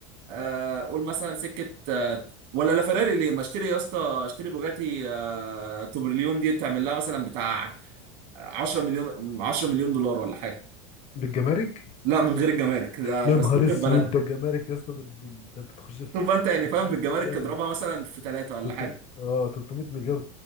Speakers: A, on the right; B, on the left.
A: آه، قول مثلا سكه آه، ولا لا فراري ليه ما اشتري يا اسطى اشتري بوجاتي آه، توبرليون دي تعمل لها مثلا بتاع 10 مليون 10 مليون دولار ولا حاجه
B: بالجمارك
A: لا من غير الجمارك ده
B: يا
A: ده
B: نهار
A: ستوك
B: اسود
A: في بلدها
B: ده جمارك يا اسطى ده ده- ده انت تخش في
A: شوف بقى انت يعني
B: 300
A: فاهم بالجمارك
B: مليار
A: اضربها مثلا في ثلاثه ولا
B: 300
A: حاجه
B: اه 300 مليار